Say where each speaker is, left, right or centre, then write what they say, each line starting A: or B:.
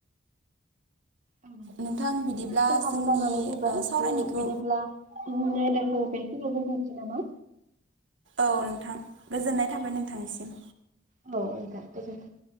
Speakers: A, on the right (about 40°); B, on the right (about 70°).
A: होने
B: नोंथां बिदिब्ला
A: समाबो
B: जोंनि
A: जानानै फैबाय
B: ओ सावरायनायखौ
A: बिदिब्ला बेखिनिआव दोनथनोसै नामा?
B: औ नोंथां गोजोननाय थाबाय नोंथांनिसिम
A: औ नोंथां गोजोनथों